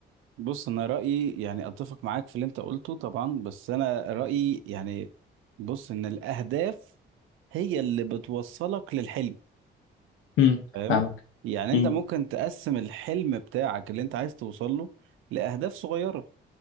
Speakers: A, on the right; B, on the left.
A: بص انا رايي يعني اتفق معاك في اللي انت قلته طبعا بس انا رايي يعني بص ان الاهداف هي اللي بتوصلك للحلم
B: امم
A: فاهم
B: فاهمك
A: يعني انت
B: امم
A: ممكن تقسم الحلم بتاعك اللي انت عايز توصل له لاهداف صغيره